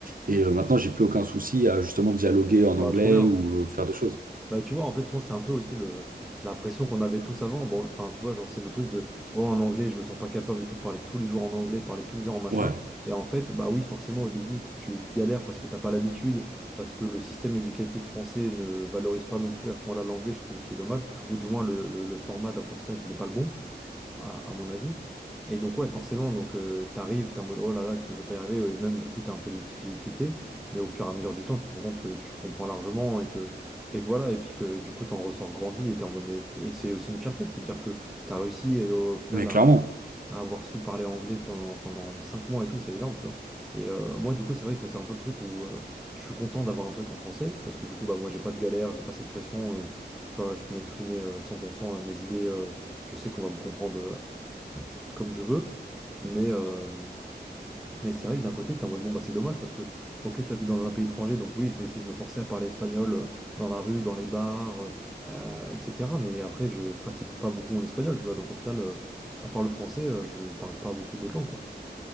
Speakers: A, on the right; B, in the centre.
A: Et euh, maintenant j'ai plus aucun souci à justement dialoguer en
B: Bah
A: anglais
B: trop bien.
A: ou euh, faire des choses.
B: Bah tu vois, en fait, je pense que c'est un peu aussi le la pression qu'on avait tous avant. Bon, enfin, tu vois, genre c'est le truc de oh en anglais, je me sens pas capable et tout, parler tous les jours en anglais, parler tous les jours en machin.
A: Ouais,
B: Et en fait, bah oui, forcément au début, tu galères parce que t'as pas l'habitude, parce que le système éducatif français ne valorise pas non plus à ce point-là l'anglais, je trouve ce qui est dommage, ou du moins le, le- le format d'apprentissage n'est pas le bon, je- à, à mon avis. Et donc ouais, forcément, donc euh, t'arrives, t'es en mode oh là là, est-ce que je vais pas y arriver? Et même du coup, t'as un peu des difficultés, mais au fur et à mesure du temps, tu te rends compte que tu comprends largement et que et que voilà, et puis que du coup, t'en ressors grandi et t'es en mode, mais et c'est aussi une fierté de te dire que t'as réussi euh, au final
A: mais clairement.
B: à, à avoir su parler anglais ton- pendant 5 mois et tout, c'est énorme, tu vois. Et euh, moi, du coup, c'est vrai que c'est un peu le truc où euh, je suis content d'avoir un truc en français parce que du coup, bah, moi, j'ai pas de galère, j'ai pas cette pression, euh, tu vois, je peux m'exprimer euh, 100% à mes idées, euh, je sais qu'on va me comprendre euh, comme je veux, mais. euh, mais c'est vrai que d'un côté, t'es en mode bon, bah c'est dommage parce que, ok, t'as vu dans un pays étranger, donc oui, je vais essayer de me forcer à parler espagnol euh, dans la rue, dans les bars, euh, euh, etc. Mais après, je pratique pas beaucoup mon espagnol, tu vois. Donc au final, euh, à part le français, euh, je parle pas beaucoup d'autres langues, quoi.